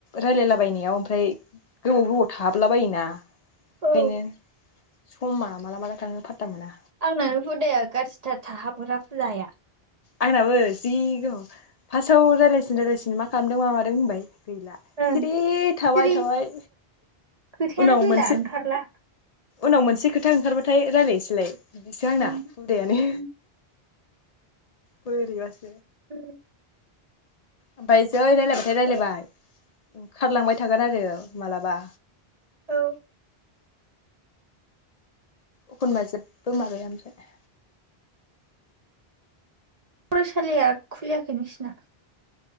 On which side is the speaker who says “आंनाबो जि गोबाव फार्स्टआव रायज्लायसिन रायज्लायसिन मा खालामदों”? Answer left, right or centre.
Left